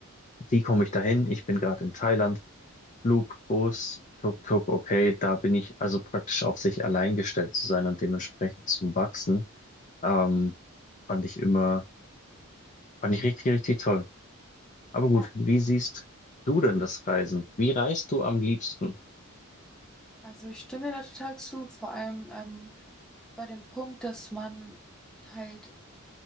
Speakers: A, on the left; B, in the centre.
A: wie komme ich dahin? Ich bin gerade in Thailand, Flug, Bus, Tuk-Tuk, okay, da bin ich also praktisch auf sich allein gestellt zu sein und dementsprechend zu wachsen, ähm, fand ich immer, fand ich richtig, richtig toll. Aber
B: Ja,
A: gut, wie siehst du denn das Reisen? Wie reist du am liebsten?
B: Also ich stimme dir da total zu, vor allem ähm, bei dem Punkt, dass man halt